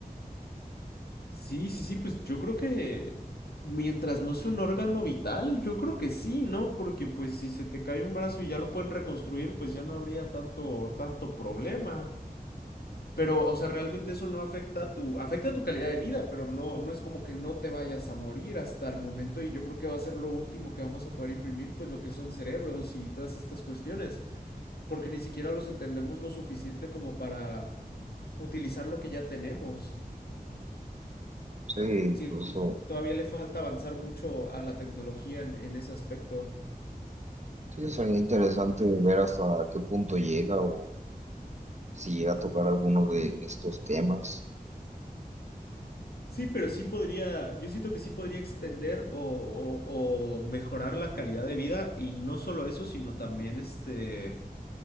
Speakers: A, on the left; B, on the right.
A: Sí, sí, sí, pues yo creo que mientras no sea un órgano vital, yo creo que sí, ¿no? Porque pues si se te cae un brazo y ya lo pueden reconstruir, pues ya no habría tanto, tanto problema. Pero, o sea, realmente eso no afecta a tu, afecta a tu calidad de vida, pero no, no es como que no te vayas a morir hasta el momento y yo creo que va a ser lo último que vamos a poder imprimir, pues lo que son cerebros y todas estas cuestiones, porque ni siquiera los entendemos lo suficiente como para utilizar lo que ya tenemos.
B: Sí, incluso,
A: Sí, todavía le falta avanzar mucho a la tecnología en, en ese aspecto.
B: sí, sería interesante ver hasta qué punto llega o si llega a tocar alguno de estos temas,
A: Sí, pero sí podría, yo siento que sí podría extender o, o- o mejorar la calidad de vida y no solo eso, sino también este,